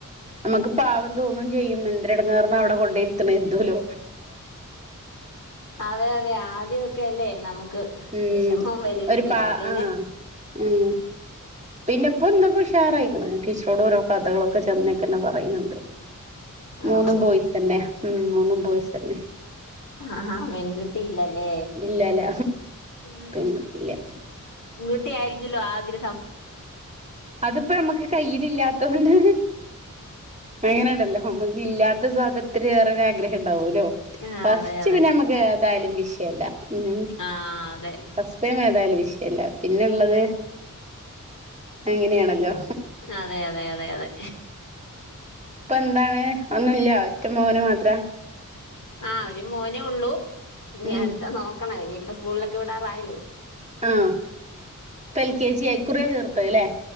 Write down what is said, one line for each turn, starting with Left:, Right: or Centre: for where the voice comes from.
Right: അമ്മക്ക് പാവം തോന്നും ചെയ്യും എന്തൊരു എടങ്ങാറിന അവിടെ കൊണ്ടേയ് ഇര്ത്ത്ണേര്തോലോ.
Left: അതെ അതെ ആദ്യൊക്കെ അല്ലേ നമുക്ക്
Right: ഉം
Left: വിഷമം വരും.
Right: ഒരു
Left: പിന്നെ
Right: പാ
Left: പിന്നെ
Right: ആഹ് ഉം പിന്നെപ്പ ന്നൊക്കെ ഉഷാറായിക്ക്ണ്. ടീച്ചറോടോരോ കഥകളൊക്കെ ചെന്നേക്കന്നെ പറയ്ണ് ണ്ട് മൂന്ന്
Left: ആണോ
Right: ബോയ്സ്. തന്നെ ഉം മൂന്നും ബോയിസെന്നെ.
Left: ആഹാ പെൺകുട്ടിയില്ലല്ലേ
Right: ഇല്ലല്ല
Left: ഉം.
Right: പെൺകുട്ടില്ല
Left: ങ്കുട്ടി ആയിരിക്കുല്ലോ ആഗ്രഹം.
Right: അത്പ്പ ഞമ്മക്ക് കയ്ൽ ഇല്ലാത്തൊണ്ട് അങ്ങനെണ്ടല്ലോ. നമ്മക്ക് ഇല്ലാത്ത സാധനത്തിന് വേറെരു ആഗ്രഹം ഉണ്ടാവുല്ലോ.
Left: ആ
Right: ഫസ്റ്റ്
Left: അതെ അതെ
Right: പിന്നെമ്മക്ക് ഏതായലും വിഷയല്ല ഉം
Left: ആ അതെ
Right: ഫസ് പ്പോ ഏതായാലും വിഷയമല്ല പിന്നെള്ളത്. അങ്ങനെയാണല്ലോ.
Left: അതെ അതെ അതെ അതെ.
Right: ഇപ്പന്താണ് ഒന്നുല്ല ഒറ്റ മോന് മാത്ര
Left: ആഹ് ഒര് മോനേ ഒള്ളൂ ഇനി
Right: ഉം
Left: അട്ത്ത നോക്കണം ഇനി ഇപ്പ സ്കൂളിലൊക്കെ വിടാറായല്ലോ
Right: ആഹ് ഇപ്പ എൽ കെ ജി ഇക്കുറ്യാ ചേർത്തത് ലേ